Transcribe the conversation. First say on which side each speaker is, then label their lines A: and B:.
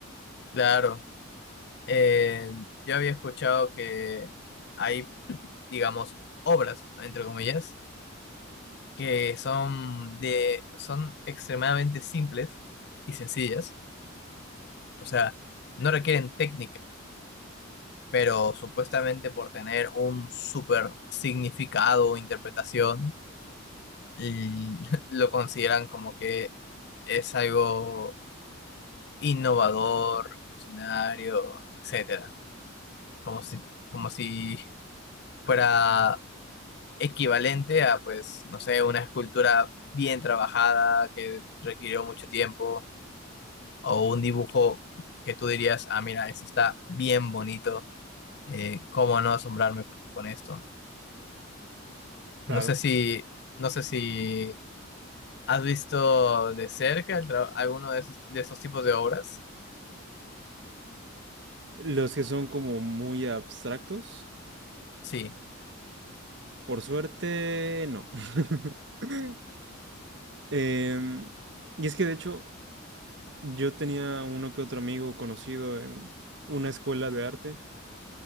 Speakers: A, on the left; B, on the right.
A: Claro. Eh, yo había escuchado que hay, digamos, obras, entre comillas, que son de, son extremadamente simples y sencillas. O sea, no requieren técnica, pero supuestamente por tener un super significado o interpretación, l- <laughs> lo consideran como que es algo innovador, revolucionario, etcétera. Como si, como si fuera equivalente a, pues, no sé, una escultura bien trabajada que requirió mucho tiempo o un dibujo que tú dirías, ah, mira, esto está bien bonito, eh, ¿cómo no asombrarme con con esto?
B: Claro.
A: No sé si, no sé si has visto de cerca el tra- alguno de esos, de esos tipos de obras.
B: Los que son como muy abstractos,
A: Sí,
B: por suerte, no. <laughs> Em, y es que de hecho yo tenía uno que otro amigo conocido en una escuela de arte